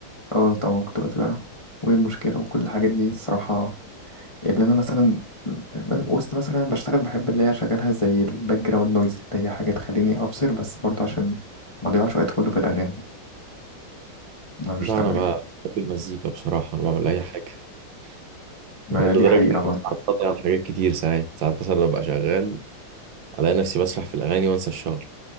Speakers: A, on the left; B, on the right.
A: اه طبعا كنت بتابعه وإيه المشكلة وكل الحاجات دي الصراحة اللي أنا مثلا ب- وسط مثلا أنا بشتغل بحب اللي هي أشغلها زي الباك جراوند نويز اللي هي حاجة تخليني أفصل بس برضه عشان ما أضيعش وقت كله في الأغاني أنا بشتغل
B: لا انا بقى
A: يعني
B: بحب المزيكا بصراحه انا بعمل اي حاجه <laughs>
A: ما
B: لدرجه
A: دي حقيقة
B: اني
A: برضه
B: بتعطل على حاجات كتير ساعات ساعات مثلا ببقى شغال الاقي نفسي بسرح في الاغاني وانسى الشغل